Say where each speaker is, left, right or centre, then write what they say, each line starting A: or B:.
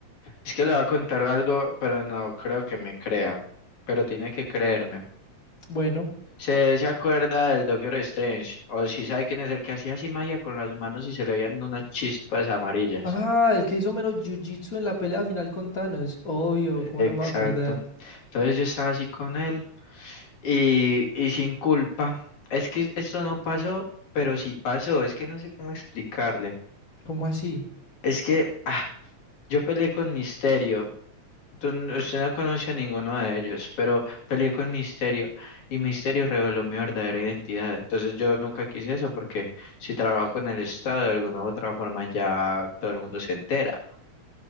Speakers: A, on the left; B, on the left.
A: Es que le voy a contar algo, pero no creo que me crea, pero tiene que creerme.
B: Bueno.
A: ¿Se, se acuerda del Doctor Strange? O si sabe quién es el que hacía así magia con las manos y se le veían unas chispas amarillas.
B: Ah, el que hizo mero jiu-jitsu en la pelea final con Thanos. Obvio, ¿cómo
A: Exacto.
B: no me voy a acordar?
A: Entonces yo estaba así con él y, y sin culpa. Es que esto no pasó, pero sí pasó. Es que no sé cómo explicarle.
B: ¿Cómo así?
A: Es que ah, yo peleé con Misterio Tú- n- usted no conoce a ninguno de ellos, pero peleé con Misterio y Misterio reveló mi verdadera identidad. Entonces yo nunca quise eso porque si trabajo con el Estado de alguna u otra forma ya todo el mundo se entera.